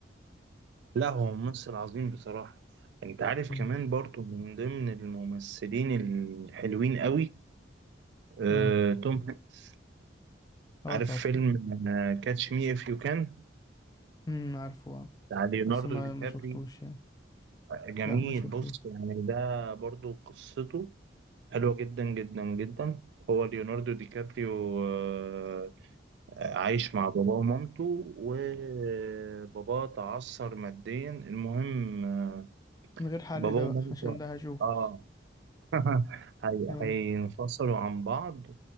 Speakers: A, on the right; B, on the left.
A: لا هو ممثل عظيم بصراحة أنت عارف
B: مم.
A: كمان برضو من ضمن الممثلين الحلوين قوي آه
B: اه
A: توم هانكس
B: اه
A: عارف
B: طبعا
A: فيلم كاتش مي اف يو كان
B: امم عارفه اه
A: بتاع ليوناردو
B: بس ما
A: دي كابري
B: ما شفتوش يعني
A: جميل
B: لا ما شفتوش
A: بص يعني ده برضو قصته حلوة جدا جدا جدا هو ليوناردو دي كابريو آه، عايش مع باباه ومامته وباباه تعثر ماديا المهم آه،
B: من غير حلق
A: باباه
B: ده
A: ومامته
B: بقى عشان ده هشوفه
A: اه <laughs> هي-
B: آه.
A: هينفصلوا عن بعض